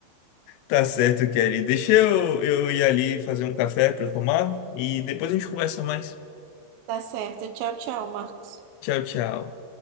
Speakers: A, on the left (about 80°); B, on the right (about 80°).
A: Tá certo, Kelly. Deixa eu, eu ir ali fazer um café para tomar e depois a gente conversa mais.
B: Tá certo. Tchau, tchau, Marcos.
A: Tchau, tchau.